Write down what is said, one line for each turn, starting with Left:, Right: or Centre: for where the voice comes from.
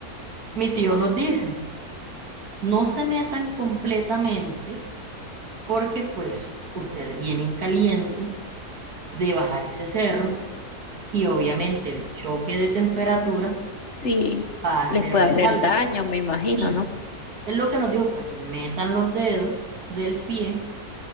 Right: Mi tío nos dice, no se metan completamente porque pues ustedes vienen calientes de bajar ese cerro y obviamente el choque de temperatura
Left: Sí,
Right: va a
Left: les
Right: hacerles
Left: puede hacer
Right: algo.
Left: daño, me imagino,
Right: Sí,
Left: ¿no?
Right: él lo que nos dijo fue, metan los dedos del pie